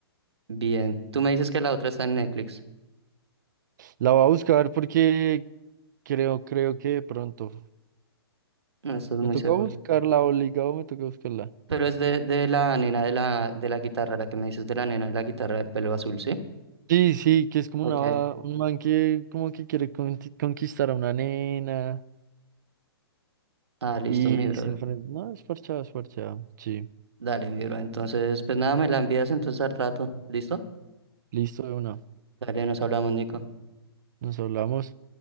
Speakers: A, on the right; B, on the right.
A: Bien, tú me dices que la otra está en Netflix.
B: La voy a buscar porque Creo, creo que de pronto.
A: No estoy muy
B: Me toca
A: seguro.
B: buscarla, obligado me toca buscarla.
A: Pero es de, de la nena de la, de la guitarra, la que me dices de la nena de la guitarra del pelo azul, ¿sí?
B: Sí, sí, que es como
A: Ok.
B: una, un man que como que quiere conti- conquistar a una nena
A: Ah, listo,
B: y
A: mi bro.
B: se enfrenta. No, es parchado, es parchado. Sí,
A: Dale, mi bro. Entonces, pues nada, me la envías entonces al rato. ¿Listo?
B: listo de una.
A: Dale, nos hablamos, Nico.
B: Nos hablamos.